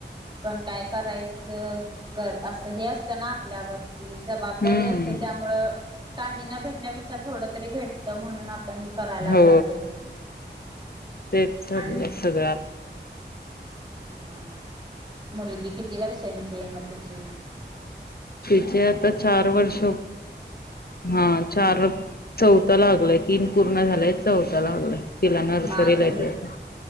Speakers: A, on the right; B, on the left.
A: पण काय करायचं तर असं हे असत ना आपल्यावरती जबाबदारी
B: हम्म
A: असते त्या मुळ काही न भेटण्यापेक्षा थोड तरी भेटत, म्हणून आपण कराला
B: हो
A: जातोय
B: तेच चाललंय
A: आणि
B: सगळं
A: हा हा मुलगी किती वर्षांची आहे, मग तुची
B: तिचे आता चार वर्ष हा चार चौथ लागलय तीन पूर्ण झालेय चौथ लागलाय तिला नर्सरीला
A: मग अजून
B: येते आता